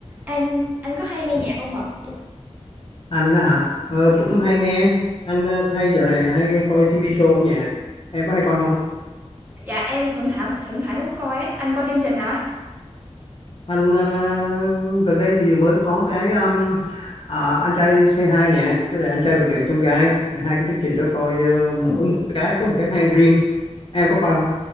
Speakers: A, on the right; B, on the left.
A: Anh anh có hay nghe nhạc không ạ? À?
B: anh á hả ờ,
A: Dạ
B: cũng
A: vâng.
B: hay nghe anh ờ, hay dạo này hay coi TV show âm nhạc em có hay coi không
A: Dạ em thỉnh thoảng thỉnh thoảng cũng coi ấy. Anh coi chương trình nào ấy?
B: anh ờ, gần đây thì mới có cái um, à, anh trai Say Hi nè với lại anh trai vượt ngàn chông gai hai cái chương trình đó coi ờ, mỗi một cái có một cái hay riêng em có coi không